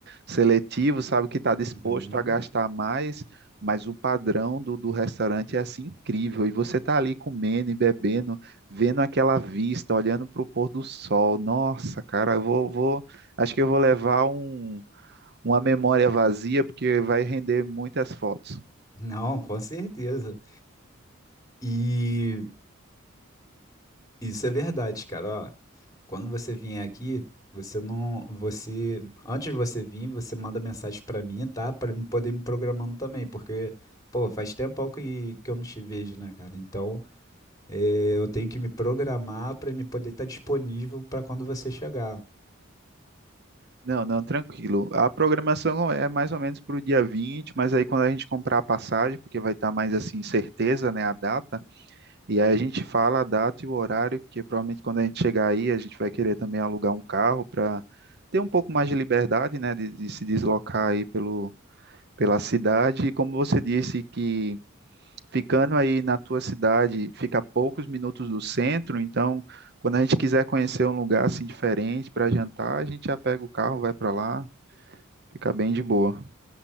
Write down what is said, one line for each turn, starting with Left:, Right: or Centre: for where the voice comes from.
Right: seletivo, sabe, que está disposto
Left: Uhum.
Right: a gastar mais, mas o padrão do, do restaurante é assim incrível. E você está ali comendo e bebendo, vendo aquela vista, olhando para o pôr do sol. Nossa, cara, eu vou, vou, acho que eu vou levar um uma memória vazia, porque vai render muitas fotos.
Left: Não, com certeza. E isso é verdade, cara. Ó, quando você vier aqui, você não, você, antes de você vir, você manda mensagem pra mim, tá? Pra me poder me programando também, porque, pô, faz tempo que, que eu não te vejo, né, cara? Então É, eu tenho que me programar para me poder estar disponível para quando você chegar.
Right: Não, não, tranquilo. A programação é mais ou menos para o dia 20, mas aí quando a gente comprar a passagem, porque vai estar mais assim, certeza, né, a data, e aí a gente fala a data e o horário, porque provavelmente quando a gente chegar aí, a gente vai querer também alugar um carro para ter um pouco mais de liberdade, né, de, de se deslocar aí pelo, pela cidade. E como você disse que ficando aí na tua cidade, fica a poucos minutos do centro, então quando a gente quiser conhecer um lugar assim diferente para jantar, a gente já pega o carro, vai para lá, fica bem de boa.